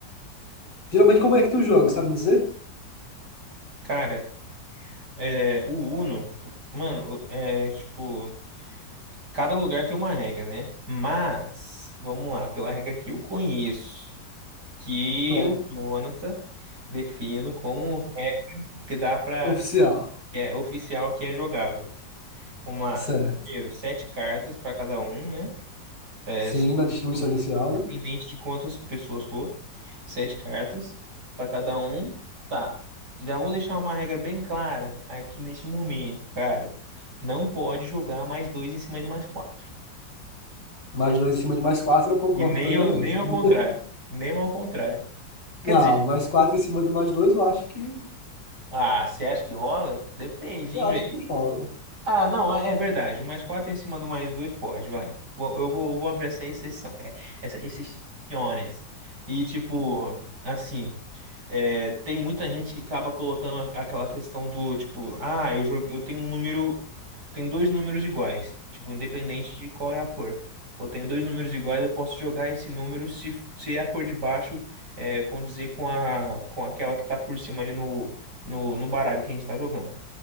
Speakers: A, on the left; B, on the right.
A: Geralmente, como é que tu joga, sabe me dizer?
B: Cara, é, o Uno, mano, é tipo, cada lugar tem uma regra, né? Mas, vamos lá, pela regra que eu conheço, que
A: É,
B: o Jonathan defino como regra que dá pra,
A: oficial.
B: que é oficial, que é jogável. Vamos lá,
A: Certo.
B: primeiro, sete cartas pra cada um, né? É,
A: Sim,
B: se
A: na distribuição
B: for,
A: inicial,
B: independente
A: né?
B: de quantas pessoas for, sete cartas para cada um. Tá. Já vou deixar uma regra bem clara aqui neste momento, cara. Não pode jogar mais dois em cima de mais quatro.
A: Mais dois em cima de mais quatro, eu concordo
B: E nem,
A: plenamente.
B: ao- nem ao
A: <laughs>
B: contrário. Nem ao contrário. Quer
A: Não,
B: dizer,
A: mais quatro em cima do mais dois, eu acho que,
B: ah, você acha que rola? Depende,
A: eu
B: hein,
A: acho
B: velho.
A: que rola.
B: Ah, não, é é verdade. O mais quatro em cima do mais dois pode, vai. Vou- Eu vou, eu vou abrir essa exceção. É, essa exceções. E tipo, assim. É, tem muita gente que acaba colocando a- aquela questão do tipo, ah, eu, jo- eu tenho um número, tenho dois números iguais, tipo, independente de qual é a cor. Eu tenho dois números iguais, eu posso jogar esse número se, f- se é a cor de baixo é, condizer com a, com aquela que tá por cima ali no, no, no baralho que a gente tá jogando.